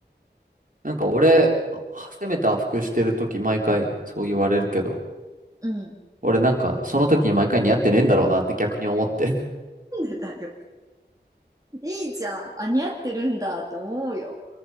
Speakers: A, on the right (about 50°); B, on the right (about 20°).
A: なんか俺、あ攻めた服してる時毎回そう言われるけど、
B: うん。
A: 俺なんか、その時に毎回似合ってねえんだろうなって逆に思って。
B: なんでだよ。いいじゃん。あ、似合ってるんだって思うよ。